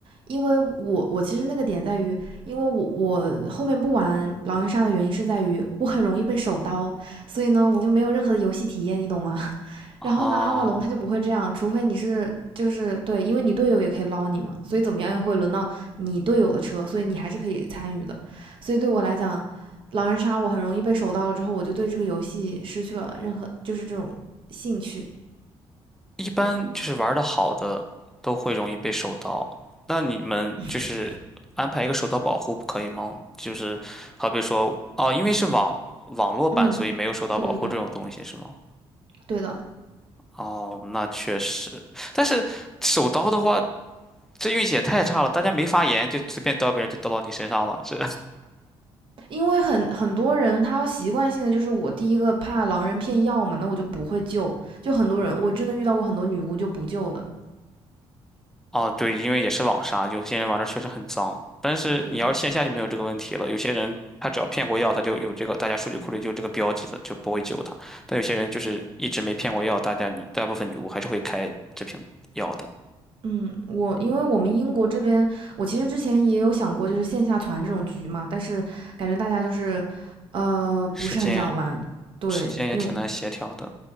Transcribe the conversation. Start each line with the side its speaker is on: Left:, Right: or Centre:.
Right: 因为我我其实那个点在于，因为我我后面不玩狼人杀的原因是在于我很容易被手刀，所以呢我就没有任何的游戏体验，你懂吗？<laughs>
Centre: 啊。
Right: 然后呢阿瓦隆他就不会这样，除非你是就是对，因为你队友也可以捞你嘛，所以怎么样也会轮到你队友的车，所以你还是可以参与的。所以对我来讲，狼人杀我很容易被手刀了之后，我就对这个游戏失去了任何就是这种兴趣。
Centre: 一般就是玩的好的都会容易被手刀，那你们就是安排一个手刀保护不可以吗？
Right: <laughs>
Centre: 就是好比说，哦，因为是网网络版，
Right: 嗯，
Centre: 所以没有手刀保护这种东西是吗？
Right: 对对对，对的。
Centre: 哦，那确实，但是手刀的话，这运气也太差了，大家没发言就随便刀个人就刀到你身上了，这
Right: 因为很很多人他习惯性的就是我第一个怕狼人骗药嘛，那我就不会救。就很多人，我真的遇到过很多女巫就不救的。
Centre: 哦，对，因为也是网杀，有些人玩的确实很脏，但是你要是线下就没有这个问题了。
Right: 对的，
Centre: 有些人他只要骗过药，他就有这个，大家数据库里就有这个标记的，就不会救他。但有些人就是一直没骗过药，大家女大部分女巫还是会开这瓶药的。
Right: 嗯，我因为我们英国这边，我其实之前也有想过就是线下团这种局嘛，但是感觉大家就是呃不是很想玩。
Centre: 时间
Right: 对，
Centre: 时间也挺难协调的，
Right: 因为